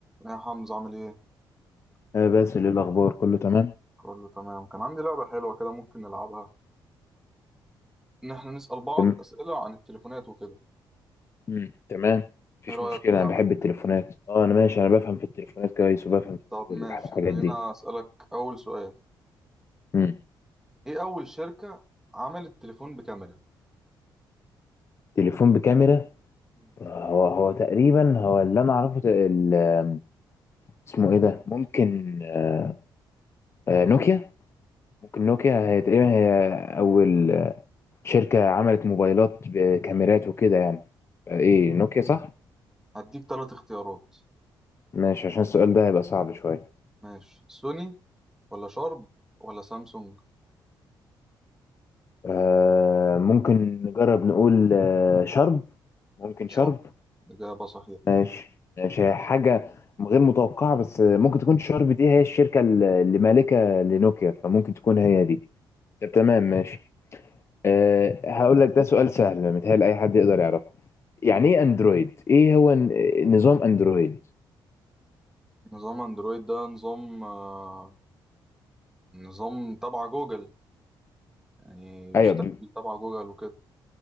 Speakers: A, in the centre; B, on the left (about 30°).
A: يا حمزة عامل ايه؟
B: آه باسل ايه الاخبار كله تمام
A: كله تمام كان عندي لعبة حلوة كده ممكن نلعبها ان احنا نسأل بعض
B: تمام
A: اسئلة عن التليفونات وكده
B: مم. تمام مفيش
A: ايه رأيك
B: مشكله
A: في اللعبة؟
B: انا بحب التليفونات اه انا ماشي انا بفهم في التليفونات كويس وبفهم في
A: طب ماشي
B: الح- الحاجات
A: خلينا
B: دي
A: اسألك اول سؤال
B: مم.
A: ايه اول شركة عملت تليفون بكاميرا؟
B: تليفون بكاميرا
A: مم.
B: آه، هو هو تقريبا هو اللي انا اعرفه ت- ال- اسمه ايه ده ممكن آه آه نوكيا ممكن نوكيا هي تقريبا هي اول آه، شركه عملت موبايلات بكاميرات وكده يعني آه، ايه نوكيا صح
A: هديك ثلاث اختيارات
B: ماشي عشان السؤال ده هيبقى صعب شويه
A: ماشي سوني ولا شارب ولا سامسونج
B: آه ممكن نجرب نقول آه شرب ممكن
A: صح
B: شرب
A: إجابة صحيحة
B: ماشي ماشي هي حاجة غير متوقعة بس ممكن تكون شارب دي هي الشركة اللي مالكة لنوكيا فممكن تكون هي دي طب تمام ماشي أه هقول لك ده سؤال سهل متهيألي أي حد يقدر يعرفه
A: مم.
B: يعني إيه أندرويد؟ إيه هو ن- نظام أندرويد؟
A: نظام اندرويد ده نظام آه، نظام تبع جوجل يعني بيشتغل
B: أيوه بي-
A: تبع جوجل وكده